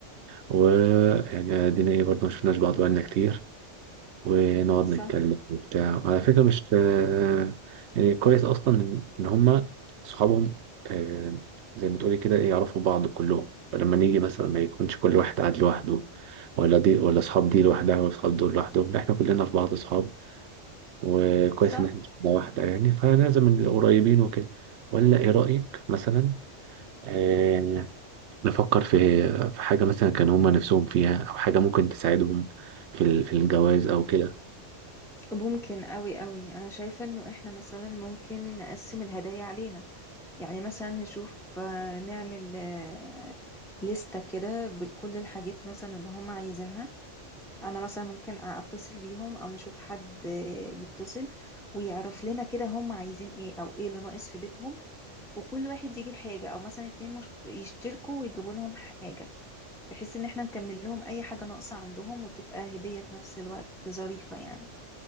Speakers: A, on the right; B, in the centre.
A: ويعني دينا إيه برضه ما شفناش بعض بقالنا كتير ونقعد
B: صح
A: نتكلم وبتاع وعلى فكرة مش آه، يعني كويس أصلا إن إن هما صحابهم آه، زي ما تقولي كده إيه يعرفوا بعض كلهم فلما نيجي مثلا ما يكونش كل واحد قاعد لوحده ولا دي ولا صحاب دي لوحدها ولا صحاب دول لوحدهم لا إحنا كلنا في بعض صحاب وكويس
B: صح
A: إن إحنا شلة واحدة يعني فلازم نبقى قريبين وكده ولا إيه رأيك مثلا آه، نفكر في في حاجة مثلا كان هما نفسهم فيها أو حاجة ممكن تساعدهم في ال- في الجواز أو كده
B: ممكن قوي قوي انا شايفة انه احنا مثلا ممكن نقسم الهدايا علينا يعني مثلا نشوف آه، نعمل آه، لستة كده بكل الحاجات مثلا اللي هم عايزينها انا مثلا ممكن اتصل بيهم او نشوف حد يتصل ويعرف لنا كده هم عايزين ايه او ايه اللي ناقص في بيتهم وكل واحد يجيب حاجة او مثلا اتنين مش- يشتركوا ويجيبوا لهم حاجة بحيث ان احنا نكمل لهم اي حاجة ناقصة عندهم وتبقى هدية في نفس الوقت ظريفة يعني